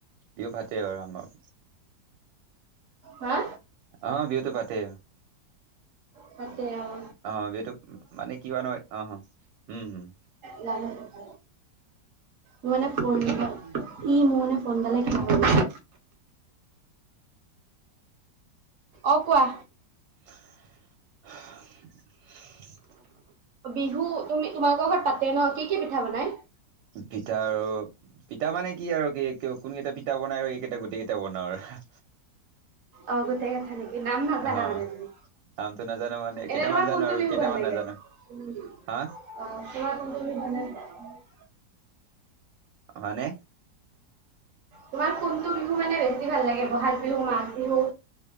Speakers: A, on the right (about 80°); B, on the right (about 60°).
A: বিহু পাতে আৰু আমাৰ
B: হা
A: অ বিহুটো পাতে
B: পাতে অহ
A: অ বিহুটো মানে কি হয় ন অ অ উম হম
B: নম <unintelligible> মোৰ মানে ফোন ই মোৰ মানে ফোনডালে কিবা হৈগল অ কোৱা
A: <unintelligible>
B: বিহু তুমি তোমালোকৰ ঘৰত পাতে ন, কি কি পিঠা বনাই?
A: পিঠাৰো পিঠা মানে কি আৰু কি কোন কেইটা পিঠা বনাই আৰু এইকেইটা গোটেই কেইটা বনাও আৰু।
B: অ' গোটেই কেইটা নেকি? নাম নাজানা
A: অ
B: মানে তুমি?
A: নামটো নাজানো মানে। কেইটামান
B: এনে তোমাৰ
A: জানো
B: কোনটো
A: আৰু
B: বিহু
A: কেইটামান
B: ভাল লাগে?
A: নাজানো।
B: <unintelligible>
A: হা মানে?
B: তোমাৰ কোনটো বিহু মানে বেছি ভাল লাগে? বহাগ বিহু, মাঘ বিহু?